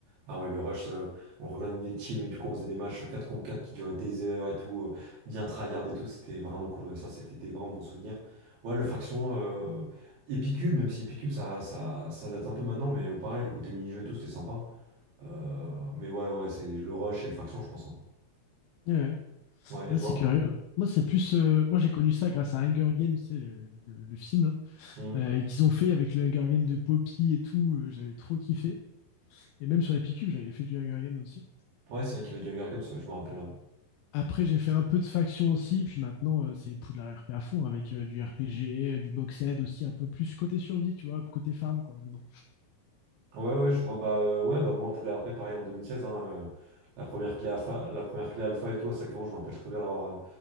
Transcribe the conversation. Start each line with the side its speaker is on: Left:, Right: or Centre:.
Right: ah ouais, le rush, euh, on rejoignait des teams et du coup, on faisait des matchs 4 contre 4 qui duraient des heures et tout, euh, bien tryhard et tout. C'était vraiment cool. ouais. Ça, c'était des vraiment bons souvenirs. Ouais, le faction, euh, Epicube, même si Epicube, ça, ça, ça date un peu maintenant, mais pareil, le côté mini-jeu et tout, c'était sympa. Euh, mais ouais, ouais, c'est le rush et le faction, je pense. hein.
Left: ouais.
Right: Ouais,
Left: Ah,
Right: et toi?
Left: c'est curieux. Moi, c'est plus... euh, Moi, j'ai connu ça grâce à Hunger Games, c'est le, le- le film, là,
Right: Hmm.
Left: euh, et qu'ils ont fait avec le Hunger Games de Poppy et tout, euh, j'avais trop kiffé. Et même sur Epicube, j'avais fait du Hunger Games aussi.
Right: Ouais, c'est vrai qu'il y avait du Hunger Games, ouais, je me rappelle. ouais.
Left: Après, j'ai fait un peu de faction aussi, puis maintenant, euh, c'est Poudlard RP à fond, avec euh, du RPG, euh, du box-ed aussi, un peu plus côté survie, tu vois, côté farm, quoi, maintenant.
Right: Ouais, ouais, je vois. Bah, euh, ouais, bah, bon, Poudlard, après, pareil, en 2016, hein, euh, la première clé alpha, la première clé alpha et tout, à 5 euros, je me rappelle très bien d'avoir. euh,